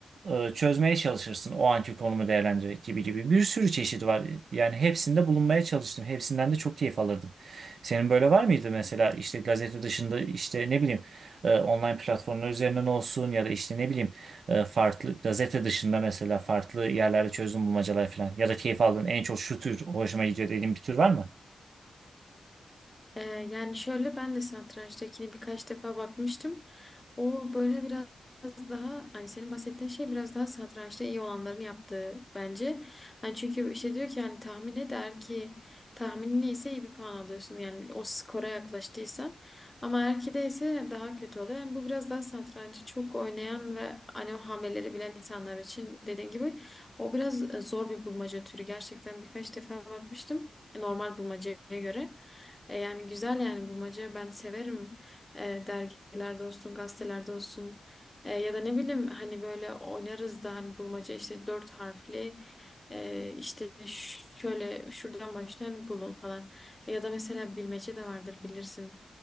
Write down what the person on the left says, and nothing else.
Ee, yani şöyle ben de satrançtakini birkaç defa bakmıştım. O böyle biraz daha hani senin bahsettiğin şey biraz daha satrançta iyi olanların yaptığı bence. Hani çünkü işte diyor ki hani tahmin et eğer ki tahminin iyiyse iyi bir puan alıyorsun. Yani o skora yaklaştıysan. Ama eğer ki değilse daha kötü oluyor. Yani bu biraz daha satrancı çok oynayan ve hani o hamleleri bilen insanlar için dediğin gibi o biraz e, zor bir bulmaca türü. Gerçekten birkaç defa bakmıştım e, normal bulmacaya göre. E, yani güzel yani bulmaca ben severim E, dergilerde olsun gazetelerde olsun E, ya da ne bileyim hani böyle oynarız da hani bulmaca işte dört harfli e, işte ş- şöyle şuradan başlayan bulun falan E, ya da mesela bilmece de vardır bilirsin